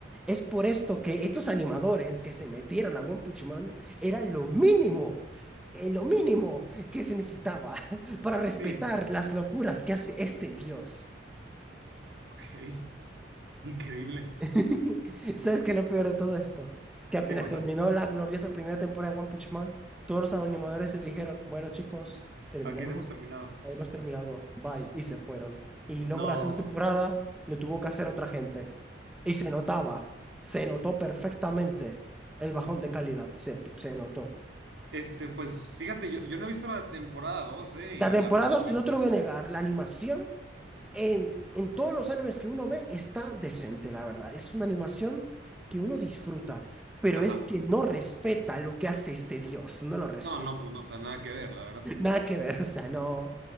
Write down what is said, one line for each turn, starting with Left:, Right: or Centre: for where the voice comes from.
Centre: Es por esto que estos animadores que se metieron a One Punch Man era lo mínimo, eh, lo mínimo que se necesitaba <laughs> para respetar
Right: Sí, sí, sí.
Centre: las locuras que hace este dios.
Right: Ok, <laughs> increíble.
Centre: <laughs> ¿Sabes qué es lo peor de todo esto? Que apenas
Right: Qué cosa.
Centre: terminó la gloriosa primera temporada de One Punch Man, todos los animadores se dijeron, bueno chicos, terminamos,
Right: Aquí hemos
Centre: de-
Right: terminado.
Centre: hemos terminado, bye, y se fueron. Y luego
Right: No,
Centre: la segunda temporada lo tuvo que hacer otra gente. Y se notaba, se notó perfectamente el bajón de calidad, se, se notó.
Right: este, pues fíjate, yo, yo no he visto la temporada 2, ¿eh?
Centre: La
Right: Y
Centre: temporada,
Right: la pienso
Centre: dos,
Right: ver.
Centre: no te lo voy a negar, la animación En, en todos los animes que uno ve está decente, la verdad. Es una animación que uno disfruta, pero
Right: Ajá.
Centre: es que no respeta lo que hace este dios, no lo respeta.
Right: No, no, pues no, o sea, nada que ver, la verdad.
Centre: Nada que ver, o sea, no.